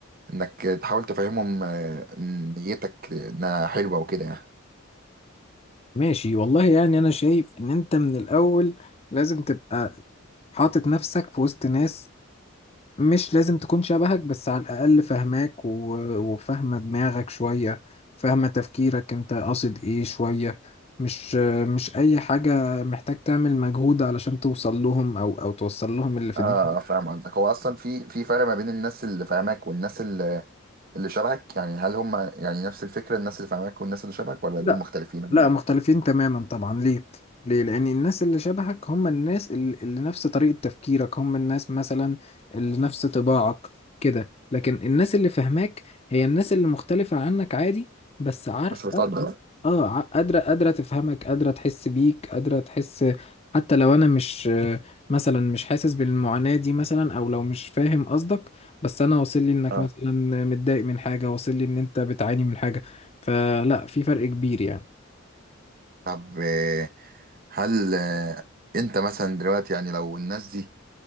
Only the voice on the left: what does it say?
ماشي والله يعني انا شايف ان انت من الاول لازم تبقى حاطط نفسك في وسط ناس مش لازم تكون شبهك بس على الاقل فاهماك و- وفاهمه دماغك شويه فاهمه تفكيرك انت قاصد ايه شويه مش مش اي حاجه محتاج تعمل مجهود علشان توصل لهم او او توصل لهم اللي في
دماغك
لا،
لا
مختلفين تماما طبعا ليه؟ ليه؟ لأن الناس اللي شبهك هم الناس ال- اللي نفس طريقة تفكيرك هم الناس مثلا اللي نفس طباعك كده لكن الناس اللي فاهماك هي الناس اللي مختلفة عنك عادي بس عارفة
اه ع- قادرة قادرة تفهمك قادرة تحس بيك قادرة تحس حتى لو أنا مش مثلا مش حاسس بالمعاناة دي مثلا أو لو مش فاهم قصدك بس أنا واصل لي إنك
مثلا متضايق من حاجة واصل لي إن أنت بتعاني من حاجة فلا في فرق كبير يعني